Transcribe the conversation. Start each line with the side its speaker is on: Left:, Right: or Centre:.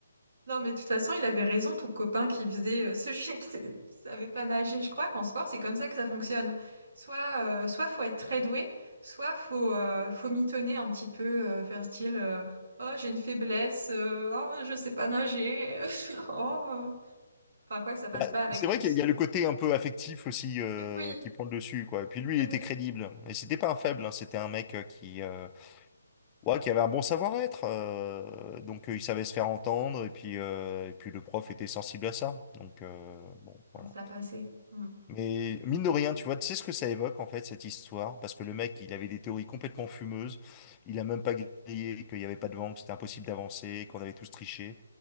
Right: Non, mais de toute façon, il avait raison, ton copain qui faisait euh, ce chien qui, qui <laughs> savait pas nager. Je crois qu'en sport, c'est comme ça que ça fonctionne. Soit, euh, soit faut être très doué, soit faut, euh, faut mitonner un petit peu, euh, faire style euh, Oh, j'ai une faiblesse, euh, oh, je sais pas nager. <laughs> Oh, euh. Enfin, quoi que ça passe
Left: Bah,
Right: pas avec
Left: c'est
Right: tous.
Left: vrai qu'il y a le côté un peu affectif aussi euh,
Right: Donc, oui,
Left: qui prend le dessus, quoi. Et puis lui,
Right: oui.
Left: il était crédible. Et c'était pas un faible, hein, C'était un mec euh, qui, euh, Ouais, qui avait un bon savoir-être. euh, donc euh, il savait se faire entendre et puis euh, et puis le prof était sensible à ça. Donc euh, bon voilà.
Right: Donc, ça passait. Mm.
Left: Mais mine de rien, tu vois, tu sais ce que ça évoque en fait cette histoire parce que le mec, il avait des théories complètement fumeuses. Il a même pas grillé qu'il y avait pas de vent, que c'était impossible d'avancer, qu'on avait tous triché.